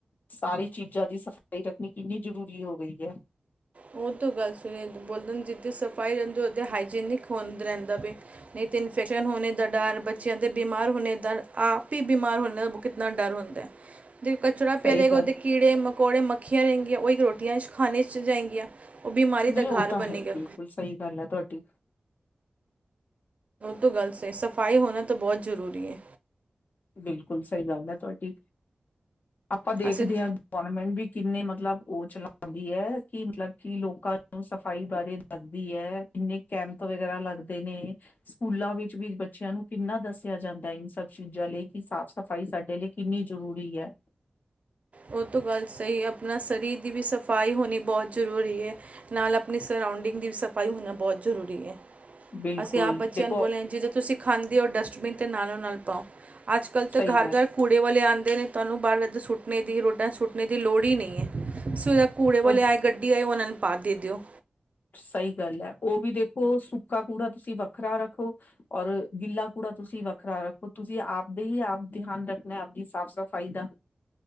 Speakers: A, on the left; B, on the right.
A: ਸਾਰੀ ਚੀਜ਼ਾਂ ਦੀ ਸਫ਼ਾਈ ਰੱਖਣੀ ਕਿੰਨੀ ਜ਼ਰੂਰੀ ਹੋ ਗਈ ਹੈ
B: ਉਹ ਤੋਂ ਗੱਲ ਸੁ ਬੋਲਦੇ ਜਿੱਥ ਸਫ਼ਾਈ ਰਹਿੰਦੀ ਉ ਹਾਈਨਿਕ ਰਹਿੰਦਾ ਨਹੀਂ ਤਾਂ ਇਨਫੈਕ ਹੋ ਦਾ ਡਰ ਬੱਚਿਆਂ ਦੇ ਬਿਮਾਰ ਹੋਣੇ ਦਾ ਆਪ ਹੀ ਬਿਮਾਰ ਹੋਣੇ ਦਾ ਕਿਤਨਾ ਡਰ ਹੁੰਦਾ ਹੈ ਅਤੇ ਕਚੜਾ ਪਿਆਗਾ
A: ਸਹੀ ਗੱਲ
B: ਉਹਦੇ ਕੀੜੇ ਮਕੌੜੇ ਮੱਖੀਆਂ ਰਗੀਆਂ ਉਹਹੀ ਰੋਟੀਆਂ ਖੀਆਂ ਖਾਣੇ 'ਚ ਜਾਏਗੀਆਂ ਉਹ ਬਿਮਾਰੀ
A: ਨਹੀਂ
B: ਦਾ
A: ਉਹ
B: ਘਰ
A: ਤਾਂ
B: ਬਣੇਗਾ
A: ਹੈ ਹੀ ਬਿਲਕੁਲ ਸਹੀ ਗੱਲ ਹੈ ਤੁਹਾਡੀ
B: ਤੋ ਗੱਲ ਸਹੀ ਸਫਾਈ ਹੋਣਾ ਤੋਂ ਬਹੁਤ ਜਰੂਰੀ ਹ
A: ਬਿਲਕੁਲ ਸਹੀ ਗੱਲ ਹੈ ਤੁਹਾਡੀ ਆਪਾਂ ਦੇਖਦੇ
B: ਅਸੀਂ
A: ਹਾਂ ਗਵਰਮੈਂਟ ਵੀ ਕਿੰਨੇ ਮਤਲਬ ਉਹ ਚਲਾਉਂਦੀ ਹੈ ਕਿ ਮਤਲਬ ਕਿ ਲੋਕਾਂ ਨੂੰ ਸਫ਼ਾਈ ਬਾਰੇ ਦੱਸਦੀ ਹੈ ਕਿੰਨੇ ਕੈਂਪ ਵਗੈਰਾ ਲੱਗਦੇ ਨੇ ਸਕੂਲਾਂ ਵਿੱਚ ਵੀ ਬੱਚਿਆਂ ਨੂੰ ਕਿੰਨਾ ਦੱਸਿਆ ਜਾਂਦਾ ਇਨ ਸਬ ਜਲੇ ਕਿ ਸਾਫ਼ ਸਫ਼ਾਈ ਸਾਡੇ ਲਈ ਕਿੰਨੀ ਜ਼ਰੂਰੀ ਹੈ
B: ਉਹ ਤੋਂ ਗੱਲ ਸਹੀ ਆਪਣਾ ਸਰੀਰ ਦੀ ਵੀ ਸਫਾਈ ਹੋਣੀ ਬਹੁਤ ਜ਼ਰੂਰੀ ਹੈ ਨਾਲ ਆਪਣੀ ਸਰਊਂਡਿੰਗ ਦੀ ਵੀ ਸਫਾਈ ਹੋਣਾ ਬਹੁਤ ਜ਼ਰੂਰੀ ਹੈ
A: ਬਿਲਕੁਲ
B: ਅਸੀਂ ਆਪ ਬੱਚਿਆਂ
A: ਦੇਖੋ
B: ਨੂੰ ਬੋਲੇ ਆ ਜਦੋਂ ਤੁਸੀਂ ਖਾਂਦੇ ਹੋ ਡਸਟਬਿਨ ਤੇ ਨਾਲੋ ਨਾਲ <inaudible> ਅੱਜ ਕੱਲ੍ਹ ਤਾਂ
A: ਸਹੀ
B: ਘਰ
A: ਗੱਲ
B: ਘਰ ਕੂੜੇ ਵਾਲੇ ਆਂ ਤੁਹਾਨੂੰ ਬਾਹਰੱਧ ਸੁੱਟਣੇ ਰੋਡਾ ਸੁਟਨੇ ਦੀ ਲੋੜ ਹੀ ਨਹੀਂ ਹੈ ਸੋ ਕੂੜੇ ਬ ਵਾਲਿਆ
A: ਔਰ
B: ਗੱਡੀ ਆਈ ਉਹਨਾਂ ਨੂੰ ਆ ਦੇ ਦਿਓ
A: ਸਹੀ ਗੱਲ ਹੈ ਉਹ ਵੀ ਦੇਖੋ ਸੁੱਕਾ ਕੂੜਾ ਤੁਸੀਂ ਵੱਖਰਾ ਰੱਖੋ ਔਰ ਗਿੱਲਾ ਕੂੜਾ ਤੁਸੀਂ ਵੱਖਰਾ ਰੱਖੋ ਤੁਸੀਂ ਆਪਦੇ ਹੀ ਆਪ ਧਿਆਨ ਰੱਖਣਾ ਆਪਦੀ ਸਾਫ਼ ਸਫ਼ਾਈ ਦਾ